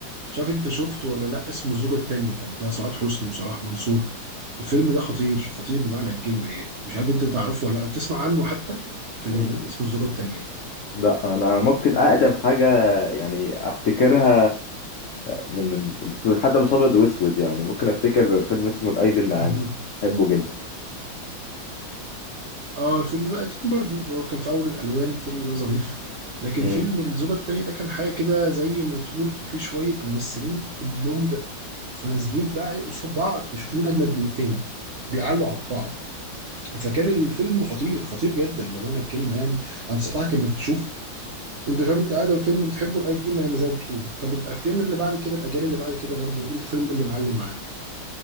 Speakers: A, on the right (about 85°); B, on the left (about 70°).
A: مش عارف انت شفته ولا لا اسمه الزوجه التانيه كان بتاع سعاد حسني وصلاح منصور الفيلم ده خطير خطير بمعنى الكلمه يعني مش عارف انت تعرفه ولا لا تسمع عنه حتى الفيلم
B: مم.
A: ده اسمه الزوجه التانيه
B: لا انا ممكن اقدم حاجه يعني افتكرها من بس حتى مش ابيض واسود يعني ممكن افتكر فيلم اسمه الايدي الناعمه
A: مهم.
B: بحبه جدا
A: اه الفيلم ده قديم برضو هو كان في اول الالوان الفيلم ده ظريف لكن
B: مم.
A: فيلم الزوجة التانية ده كان حاجة كده زي ما تقول في شوية ممثلين كلهم فنازلين بقى ايه قصاد بعض يشوفوا مين اجمد من التاني بيعلوا على بعض فكان الفيلم خطير خطير جدا بمعنى الكلمه يعني انصحك انك تشوف انت شايف انت ادم فيلم بتحبه الايدي النايمه زي ما بتقول طب الافلام اللي بعد كده الاجيال اللي بعد كده برضو ايه الفيلم اللي معلم معاك